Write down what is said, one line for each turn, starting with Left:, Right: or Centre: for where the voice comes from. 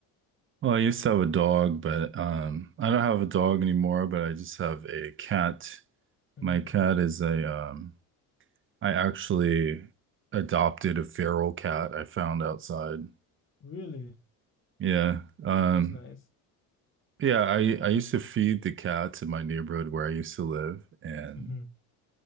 Right: Well, I used to have a dog, but um, I don't have a dog anymore, but I just have a cat.
Left: Mm,
Right: My cat is a um, I actually adopted a feral cat I found outside.
Left: really?
Right: Yeah. Um,
Left: That's nice.
Right: yeah, I, I used to feed the cats in my neighborhood where I used to live. And
Left: hmm